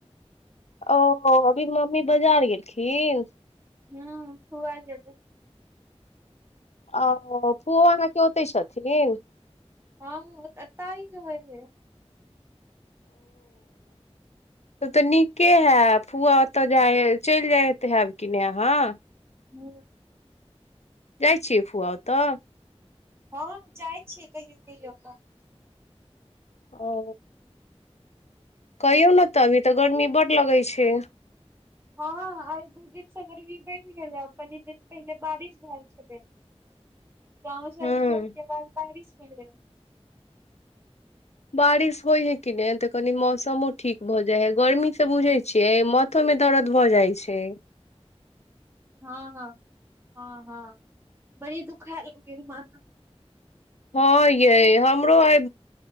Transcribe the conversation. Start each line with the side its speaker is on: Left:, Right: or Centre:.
Left: ओ अभीर मम्मी बाजार गेलखिन
Right: हँ थ आ जेत
Left: ओ पुआना के ओतहि छथिन <unintelligible>
Right: हँ अता ही रहै ह
Left: त तऽ नीके ह फुआ ओतऽ जाइ चलि जाए तऽ हब कि नहि हँ
Right: हू
Left: जाइ छियै फुआ ओ तऽ
Right: हँ जाइ छियै कहियौ कहियो अपन
Left: ओ कहि नहि त अबी तऽ गर्मी बड्ड लगै छै
Right: हँ आइ दू दिनसँ गर्मी बढ़ि गेलै कनी दिन पहिले बारिश भेलए छलै गाँव सली
Left: हँ
Right: होहिके बाद बाहरि हले
Left: बारिश होइ हइ कि नहि तऽ कनि मौसमो ठीक भऽ जाइ हइ गर्मीसँ बुझैत छियै माथोमे दर्द भऽ जाइत छै
Right: हँ हँ हँ हँ बड़ी दुखाय लै माथा
Left: हँ यै हमरो आइ